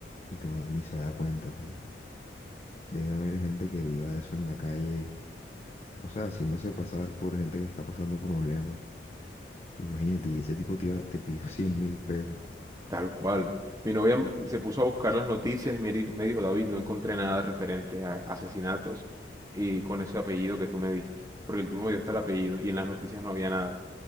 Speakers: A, on the left; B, on the right.
A: y que uno ni se da cuenta, ¿sabes? Debe haber gente que viva de eso en la calle, o sea, haciéndose pasar por gente que está pasando problemas Imagínate, y ese tipo te, iba- te pidió <laughs> cien mil pesos.
B: Tal cual. Mi novia m- se puso a buscar las noticias y me dijo, me dijo, David, no encontré nada referente a asesinatos y con ese apellido que tú me diste. Porque el tipo me dio hasta el apellido y en las noticias no había nada.